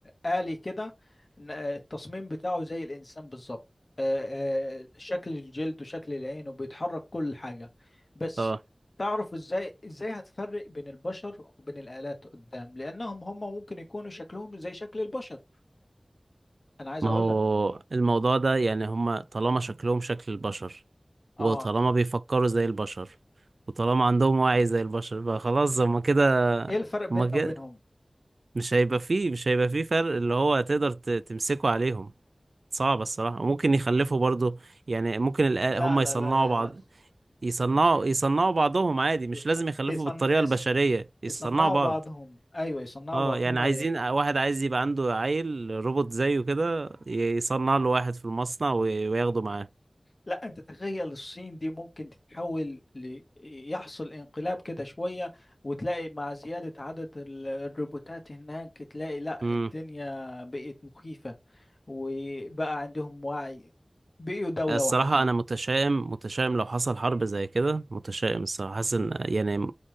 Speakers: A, on the left (about 55°); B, on the right (about 80°).
A: آه، آلي كده ن- آه، التصميم بتاعه زي الانسان بالظبط آه، آه، شكل الجلد وشكل العين وبيتحرك كل حاجه بس
B: اه
A: تعرف ازاي ازاي هتفرق بين البشر وبين الآلات قدام لانهم هم ممكن يكونوا شكلهم زي شكل البشر انا عايز
B: ما
A: اقول
B: هو
A: لك
B: الموضوع ده يعني هما طالما شكلهم شكل البشر
A: اه
B: وطالما بيفكروا زي البشر وطالما عندهم وعي زي البشر بقى خلاص هما كده
A: ايه الفرق بيننا
B: هما كده
A: وبينهم
B: مش هيبقى فيه مش هيبقى فيه فرق اللي هو تقدر ت- تمسكه عليهم صعب الصراحة ممكن يخلفوا برضو يعني ممكن الآ-
A: لا
B: هما
A: لا
B: يصنعوا
A: لا لا
B: بعض
A: لا
B: يصنعوا يصنعوا بعضهم عادي مش
A: <laughs>
B: لازم يخلفوا
A: يصن...
B: بالطريقة
A: يص-
B: البشرية يصنعوا
A: يصنعوا
B: بعض
A: بعضهم ايوه يصنعوا
B: اه
A: بعضهم
B: يعني عايزين
A: ايوه
B: واحد عايز يبقى عنده عيل روبوت زيه كده يصنع له واحد في المصنع وي- وياخده معاه
A: لا انت تخيل الصين دي ممكن تتحول ل... يحصل انقلاب كده شوية وتلاقي مع زيادة عدد ال- الروبوتات هناك تلاقي لا
B: امم
A: الدنيا بقت مخيفة وبقى عندهم وعي بقيوا دولة
B: الصراحة
A: وحدهم
B: أنا متشائم متشائم لو حصل حرب زي كده متشائم الصراحة حاسس إن يعني